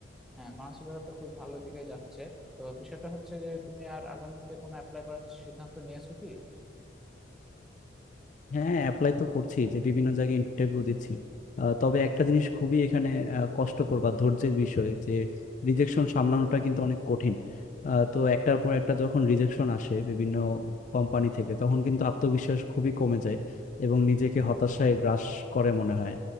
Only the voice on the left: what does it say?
হ্যাঁ অ্যাপ্লাই তো করছি যে বিভিন্ন জায়গায় ইন্টারভিউ দিচ্ছি আহ, তবে একটা জিনিস খুবই এখানে আহ, কষ্টকর বা ধৈর্যের বিষয় যে রিজেকশন সামলানোটা কিন্তু অনেক কঠিন আহ, তো একটার পর একটা যখন রিজেকশন আসে বিভিন্ন কোম্পানি থেকে তখন কিন্তু আত্মবিশ্বাস খুবই কমে যায় এবং নিজেকে হতাশায় গ্রাস করে মনে হয়